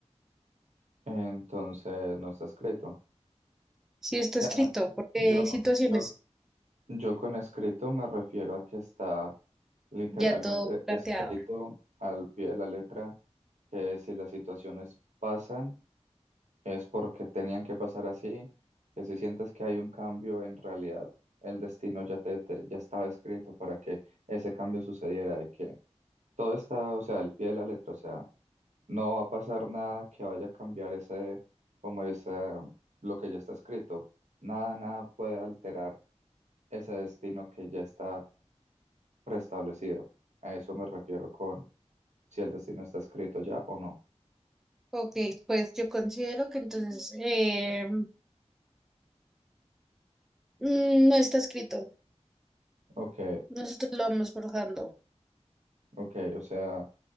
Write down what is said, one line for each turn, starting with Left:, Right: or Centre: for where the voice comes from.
Right: Entonces, no está escrito.
Centre: Si está
Right: O
Centre: escrito,
Right: sea,
Centre: porque
Right: yo,
Centre: hay situaciones
Right: yo Yo con escrito me refiero a que está literalmente
Centre: ya todo planteado.
Right: escrito al pie de la letra, que si las situaciones pasan es porque tenían que pasar así, que si sientes que hay un cambio, en realidad el destino ya, te, te- ya estaba escrito para que ese cambio sucediera, todo está, o sea, al pie de la letra, o sea, no va a pasar nada que vaya a cambiar ese, como ese, lo que ya está escrito. Nada, nada puede alterar ese destino que ya está preestablecido. A eso me refiero con si el destino está escrito ya o no.
Centre: Ok, pues yo considero que entonces eh, mm, no está escrito.
Right: Ok,
Centre: Nosotros lo vamos forjando.
Right: ok, o sea,